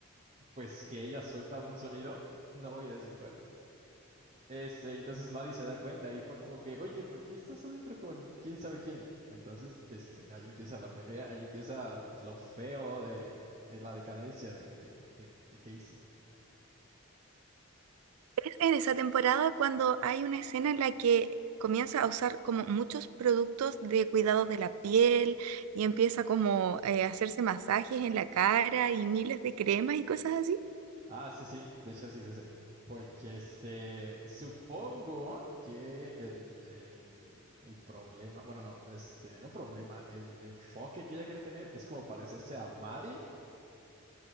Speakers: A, on the right; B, on the right.
A: pues, que ella suelta un sonido, <laughs> no voy a decir cuál. Este, entonces Maddie se da cuenta y fue como que, oye, ¿por qué estás adentro con quién sabe quién? Entonces, este, ahí empieza la pelea, ahí empieza lo feo de, de la decadencia de, de, de- de Casey.
B: Es en esa temporada cuando hay una escena en la que comienza a usar como muchos productos de cuidado de la piel y empieza como eh, a hacerse masajes en la cara y miles de cremas y cosas así.
A: Ah, sí, sí, de hecho sí es ese. Porque este, supongo que el, el, el problema, bueno, no, este, no problema, el enfoque que ella quiere tener es como parecerse a Maddie,